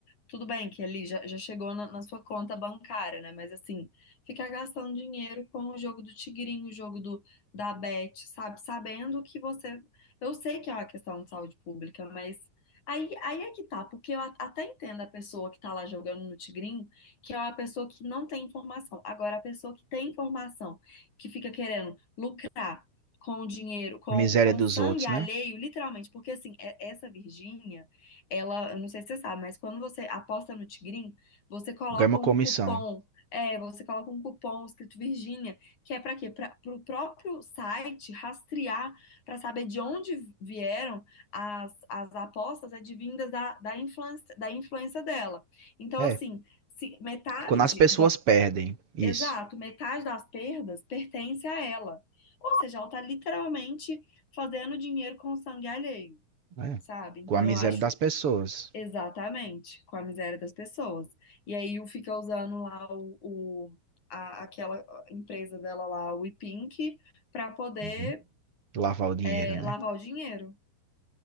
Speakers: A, on the left; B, on the right.
A: Tudo bem que ali já, já chegou na, na sua conta bancária, né? Mas assim, ficar gastando dinheiro com o jogo do tigrinho, o jogo do, da Bet, sabe? Sabendo que você. Eu sei que é uma questão de saúde pública, mas aí, aí é que tá, porque eu a- até entendo a pessoa que tá lá jogando no tigrinho, que é uma pessoa que não tem informação. Agora, a pessoa que tem informação, que fica querendo lucrar com o dinheiro, com,
B: miséria
A: com
B: dos
A: sangue
B: outros,
A: alheio,
B: né?
A: literalmente, porque assim, é- essa Virgínia, ela, eu não sei se você sabe, mas quando você aposta no Tigrinho, você coloca
B: Ganha uma
A: um
B: comissão.
A: cupom, é, você coloca um cupom escrito Virgínia, que é para quê? Para o próprio site rastrear, para saber de onde vieram as, as apostas advindas da, da influência, da influência dela. Então,
B: É.
A: assim, se metade
B: E Quando as pessoas perdem isso,
A: Exato, metade das perdas pertence a ela. Ou seja, ela está literalmente fazendo dinheiro com o sangue alheio,
B: né?
A: sabe? Então
B: Com a miséria
A: eu acho
B: das pessoas.
A: exatamente com a miséria das pessoas. E aí o fica usando lá o, o- a- aquela empresa dela lá, o Pink, para poder
B: Uhum. Lavar o dinheiro,
A: é,
B: né?
A: lavar o dinheiro.